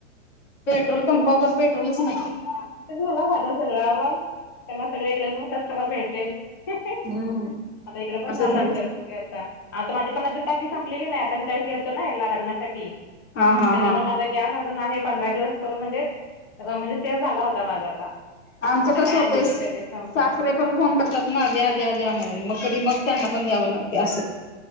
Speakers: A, on the left; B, on the left.
A: पेट्रोल पंपावर पेट्रोलच नाय.
B: तरी झाला फायदा सगळा मग त्यांना सगळीकडे नो कस्टमर भेटले. <unintelligible>
A: हम्म
B: आता इकडे पण
A: असं
B: चाललंय
A: झालं
B: विचार बघू या आता. आता माझी पण अजून टाकी <unintelligible> त्यावेळीस मी गेलो होतो ना लग्नासाठी
A: हा हा
B: त्याच्यामुळे
A: हा.
B: माझा गॅस अजून आहे पंधरा दिवस तर म्हणजे म्हणजे सेव झाला होता माझा आता
A: आमचं
B: आता
A: कसं
B: काय
A: होतेस
B: माहिती कधी संपतोय.
A: सासरे पण फोन करतात ना द्या द्या द्या म्हणून मग कधी मग त्यांना पण द्यावं लागते असं.